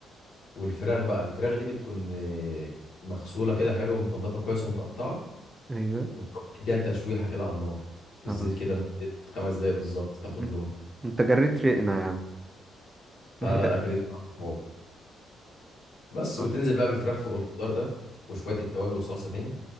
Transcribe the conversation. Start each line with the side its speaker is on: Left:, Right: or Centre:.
Left: والفراخ بقى الفراخ دي بتكون آه، مغسولة كده حلو ومتنضفة كويس ومتقطعة
Right: ايوه
Left: وتروح مديها تشويحة كده على النار في الزيت
Right: اه
Left: كده لمدة خمس دقايق بالظبط تاخد
Right: انت
Left: لون
Right: انت جريت ريقنا يا عم <laughs>
Left: لا لا الأكلة دي بصراحة حوار بس
Right: اه
Left: وتنزل بقى بالفراخ فوق الخضار ده وشوية التوابل والصلصة تاني